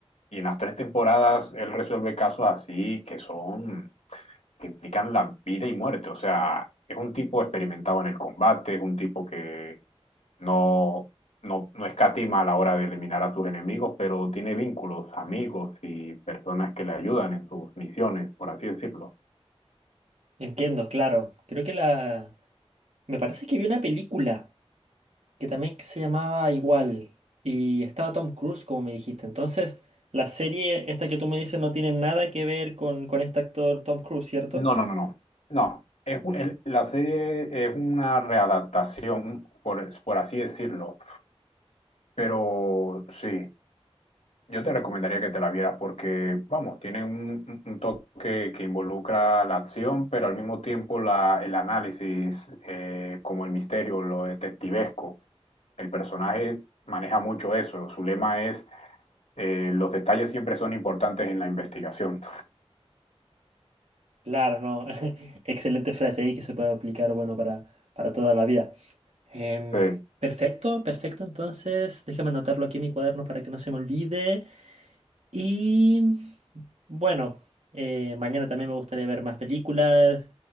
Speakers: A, on the left (about 85°); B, on the right (about 85°).
A: Y en las tres temporadas él resuelve casos así que son que implican la vida y muerte. O sea, es un tipo experimentado en el combate, es un tipo que no, no, no escatima a la hora de eliminar a sus enemigos, pero tiene vínculos, amigos y personas que le ayudan en sus misiones, por así decirlo.
B: entiendo, claro. Creo que la... Me parece que vi una película. que también se llamaba igual y estaba Tom Cruise, como me dijiste. Entonces, la serie esta que tú me dices no tiene nada que ver con, con este actor Tom Cruise, ¿cierto?
A: No, no, no, no. No, es un- el- la serie es una readaptación, por, por así decirlo, pero sí. Yo te recomendaría que te la vieras porque, vamos, tiene un, un- un toque que involucra la acción, pero al mismo tiempo la, el análisis, eh, como el misterio, lo detectivesco. El personaje maneja mucho eso. Su lema es, eh, los detalles siempre son importantes en la investigación.
B: Claro, no. <laughs> Excelente frase ahí que se puede aplicar, bueno, para, para toda la vida. Em,
A: Sí.
B: perfecto, perfecto. Entonces, déjame anotarlo aquí en mi cuaderno para que no se me olvide. Y bueno, eh, mañana también me gustaría ver más películas.